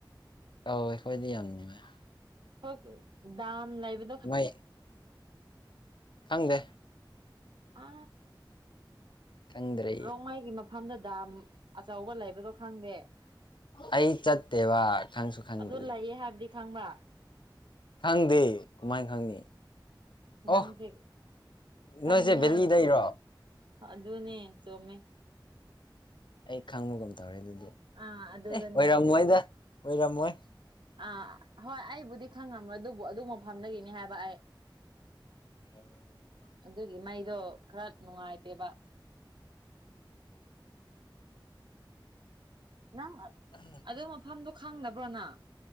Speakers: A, on the left; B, on the right.
A: ꯑꯧ ꯑꯩꯈꯣꯏꯗꯤ ꯌꯥꯝ ꯅꯨꯡꯉꯥꯏ
B: ꯍ ꯗꯝ ꯂꯥꯏꯕ
A: ꯉꯥꯏ ꯊꯪꯗꯦ
B: ꯑ
A: ꯈꯪꯗ꯭ꯔꯦ
B: ꯔꯣꯡꯃꯥꯏꯒꯤ ꯃꯐꯝꯗ ꯗꯥꯝ ꯑꯆꯧꯕ ꯂꯩꯕꯗꯣ ꯈꯪꯗꯦ
A: ꯑꯩ ꯆꯠꯇꯦꯕ ꯈꯪꯁꯨ ꯈꯪꯗꯦ
B: ꯑꯗꯨ ꯂꯩꯌꯦ ꯍꯥꯏꯕꯗꯤ ꯊꯪꯕ
A: ꯈꯪꯗꯦ ꯀꯃꯥꯏꯅ ꯈꯪꯅꯤ
B: ꯅꯪꯁꯦ
A: ꯑꯣ
B: ꯈꯪꯅꯤꯡꯉꯥꯏ
A: ꯅꯣꯏꯁꯦ ꯕꯦꯜꯂꯤꯗꯔꯣ
B: ꯌꯥꯝ ꯑꯗꯨꯅꯦ ꯆꯣꯃꯦ
A: ꯑꯩ ꯈꯪꯕꯒꯨꯝ ꯇꯧꯔꯦ ꯑꯗꯨꯗꯤ
B: ꯑꯥ ꯑꯗꯨꯗꯅꯦ
A: ꯑꯦ ꯑꯣꯏꯔꯝꯃꯣꯏꯗ ꯑꯣꯏꯔꯝꯃꯣꯏ
B: ꯑꯥ ꯍꯣꯏ ꯑꯩꯕꯨꯗꯤ ꯈꯪꯉꯝꯕ꯭ꯔꯥ ꯑꯗꯨꯕꯨ ꯑꯗꯨ ꯃꯐꯝꯗꯒꯤꯅꯤ ꯍꯥꯏꯕ ꯑꯩ
A: ꯎꯝ <unintelligible>
B: ꯑꯗꯨꯒꯤ ꯃꯩꯗꯣ ꯈꯔ ꯅꯨꯉꯥꯏꯇꯦꯕ ꯅꯪ
A: ꯎꯝ
B: ꯑꯗꯨ ꯃꯐꯝꯗꯣ ꯈꯪꯅꯕ꯭ꯔꯣꯅ